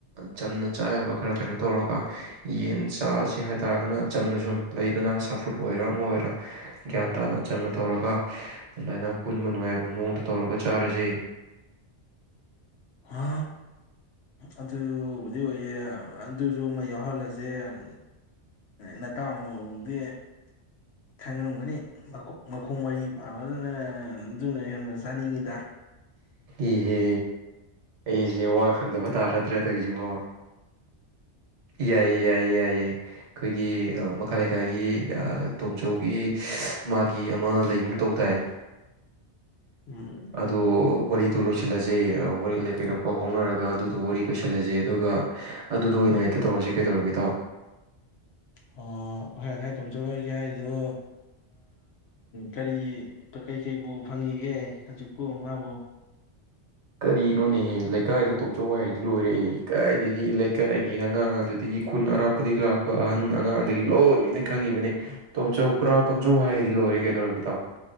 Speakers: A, on the right; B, on the left.
A: ꯆꯝꯅ ꯆꯥꯕ ꯈꯔ ꯀꯩꯅꯣ ꯇꯧꯔꯒ ꯌꯦꯟ ꯆꯥꯁꯦ ꯍꯥꯏꯇꯥꯔꯒꯅ ꯆꯝꯅ ꯁꯨꯝ ꯂꯩ ꯑꯗꯨꯅ ꯁꯥꯐꯨꯠ ꯑꯣꯏꯔ ꯑꯃ ꯑꯣꯏꯔ ꯒ꯭ꯌꯥꯟ
B: ꯎꯝ
A: ꯇꯥꯅ ꯆꯝꯅ ꯇꯧꯔꯒ ꯑꯗꯨꯃꯥꯏꯅ ꯄꯨꯟꯕ ꯅꯨꯡꯉꯥꯏꯕ ꯃꯑꯣꯡꯗ ꯇꯧꯔꯒ ꯆꯥꯔꯁꯦ
B: ꯑ ꯑꯗꯨꯕꯨꯗꯤ ꯑꯣꯏꯌꯦ ꯑꯗꯨꯁꯨ ꯑꯃ ꯌꯥꯎꯍꯜꯂꯁꯦ ꯎꯝ ꯅꯠꯇꯥꯎꯗꯤ ꯈꯪꯉꯝꯒꯅꯤ ꯃꯈꯣꯡ ꯃꯔꯤ ꯄꯥꯉꯗꯅ ꯑꯗꯨꯅ ꯍꯦꯟꯅ ꯆꯥꯅꯤꯡꯉꯤꯗ
A: ꯏꯍꯦ ꯑꯩꯁꯦ ꯋꯥ ꯈꯪꯗꯕ ꯇꯥꯔꯗ꯭ꯔꯦ ꯇꯧꯁꯤꯕꯣ ꯌꯥꯏꯌꯦ ꯌꯥꯏꯌꯦ ꯌꯥꯏꯌꯦ ꯑꯩꯈꯣꯏꯒꯤ ꯃꯈꯥ ꯂꯩꯀꯥꯏꯒꯤ ꯇꯣꯝꯆꯧꯒꯤ ꯃꯥꯒꯤ ꯑꯃ ꯂꯩꯒꯨꯝ ꯇꯧ ꯇꯥꯏ
B: ꯎꯝ
A: ꯑꯗꯣ ꯋꯥꯔꯤꯗꯣ ꯂꯣꯏꯁꯤꯜꯂꯁꯦ ꯀꯩꯅꯣ ꯄꯥꯎ ꯐꯥꯎꯅꯔꯒ ꯑꯗꯨꯗꯣ ꯋꯥꯔꯤ ꯂꯣꯏꯁꯤꯜꯂꯁꯦ ꯑꯗꯨꯒ ꯑꯗꯨꯗ ꯑꯣꯏꯅ ꯍꯦꯛꯇ ꯇꯧꯔꯁꯤ ꯀꯩꯗꯧꯔꯒꯦꯗꯣ
B: ꯑꯣ ꯍꯣꯏ ꯑꯩꯈꯣꯏ ꯇꯨꯝꯖꯔꯣꯏꯒꯦ ꯍꯥꯏꯁꯤꯗꯣ ꯀꯔꯤ ꯀꯩꯀꯩꯕꯨ ꯐꯪꯉꯒꯦ ꯍꯧꯖꯤꯛꯄꯨ ꯃꯥꯕꯨ
A: ꯀꯔꯤꯅꯣꯅꯦꯍꯦ ꯂꯩꯀꯥꯏꯗ ꯇꯣꯝꯆꯧ ꯍꯥꯏꯗꯤ ꯂꯣꯏꯔꯛꯑꯦ ꯀꯥꯏꯗꯒꯤ ꯂꯩꯀꯥꯏꯒꯤ ꯑꯉꯥꯡ ꯑꯗꯨꯗꯒꯤ ꯈꯨꯟ ꯑꯔꯥꯞ ꯗꯒꯤ ꯂꯥꯛꯄ ꯑꯍꯟ ꯑꯉꯥꯡꯗꯒꯤ ꯂꯣꯏꯅ ꯈꯪꯉꯤꯕꯅꯤ ꯇꯣꯝꯆꯧ ꯈꯨꯔꯥꯎ ꯇꯣꯝꯆꯧ ꯍꯥꯏꯒꯗꯤ ꯂꯣꯏꯔꯦ ꯀꯩꯗꯧꯒꯦ ꯇꯥꯣ